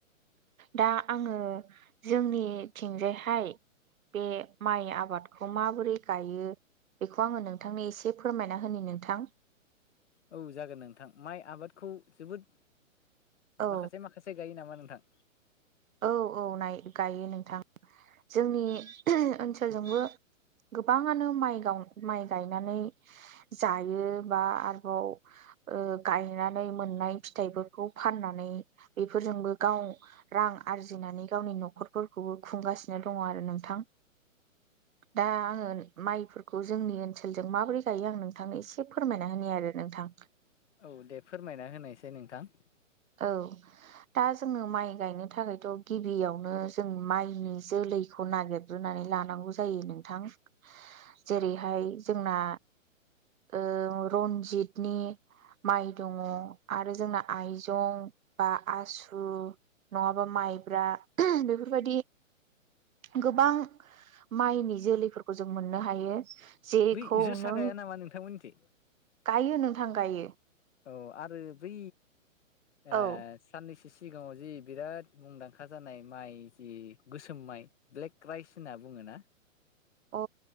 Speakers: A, on the right; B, on the left.
A: दा आङो जोंनिथिंजायहाय बे माइ आबादखौ माबोरै गायो बेखौ आङो नोंथांनो एसे फोरमायना होनि नोंथां।
B: औ जागोन नोंथां माइ आबादखौ जोबोद
A: औ
B: माखासे माखासे गायो नामा नोंथां?
A: औ औ नाय गायो नोंथां जोंनि ओनसोलजोंबो गोबाङानो माइ गाव माइ गायनानै जायो बा आरोबाव ओ गायनानै मोननाय फिथाइफोरखौ फाननानै बेफोरजोंबो गाव रां आरजिनानै गावनि न'खरफोरखौबो खुंगासिनो दङ आरो नोंथां। दा आङो माइफोरखौ जोंनि ओनसोलजों माबोरै गायो आं नोंथांनो एसे फोरमायना होनि आरो नोंथां।
B: औ दे फोरमायना होनायसै नोंथां।
A: औ दा जोङो माइ गायनो थाखायथ' गि बियावनो जों माइनि जोलैखौ नागिरग्रोनानै लानांगौ जायो नोंथां। जेरैहाय जोंना ओ रनजितनि माइ दङ आरो जोंना आइज जं बा आसु नङाबा माइब्रा बेफोरबायदि गोबां माइनि जोलैफोरखौ जों मोननो हायो। जेखौ
B: बै जोसा
A: नों
B: गाया नामा नोंथांमोननिथिं
A: गायो नोंथां गायो।
B: औ आरो बै ओ
A: औ
B: साननैसो सिगाङाव जि बिराद मुंदांखा जानाय माइ जि गोसोम माइ ब्लेक राइस होनना बुङोना?
A: <inaudible> अ